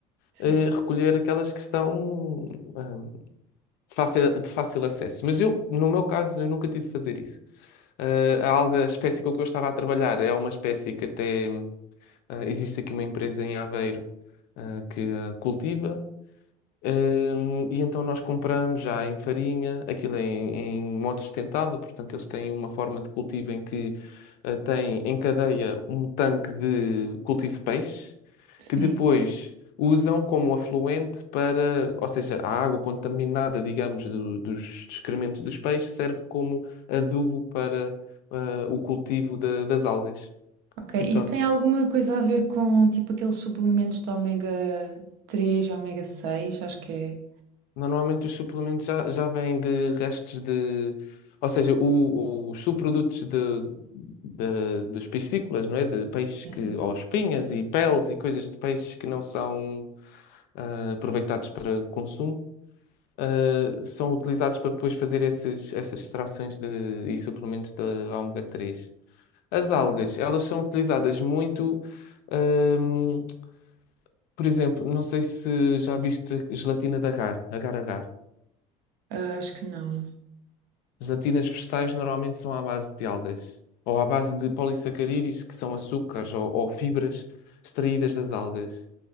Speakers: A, on the right; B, on the left.
A: Sim,
B: eh, recolher aquelas que estão ah, fácil- de fácil acesso. Mas eu, no meu caso, eu nunca tive de fazer isso. Ah, a alga, a espécie com que eu estava a trabalhar é uma espécie que até ah, existe aqui uma empresa em Aveiro ah, que a cultiva. Hum, e então nós compramos já em farinha, aquilo é em, em modo sustentável, portanto eles têm uma forma de cultivo em que eh, têm em cadeia um tanque de cultivo de peixe,
A: sim.
B: que depois usam como afluente para, ou seja, a água contaminada, digamos, do- dos excrementos dos peixes serve como adubo para eh, o cultivo da- das algas.
A: Ok,
B: E
A: isso
B: pronto.
A: tem alguma coisa a ver com, tipo, aqueles suplementos de ômega três e ômega seis Acho que é.
B: Normalmente os suplementos já, já vêm de restos de. Ou seja, o- os subprodutos de, de- dos piscícolas, não é? De peixes
A: Sim.
B: que. Ou espinhas e peles e coisas de peixes que não são ah, aproveitados para consumo, ah, são utilizados para depois fazer esses, essas extrações de, e suplementos de ômega três As algas, elas são utilizadas muito. ahm, por exemplo, não sei se já viste gelatina de agar, agar-agar.
A: Ah, acho que não.
B: Gelatinas vegetais normalmente são à base de algas, ou à base de polissacarídeos, que são açúcares ou, ou fibras extraídas das algas.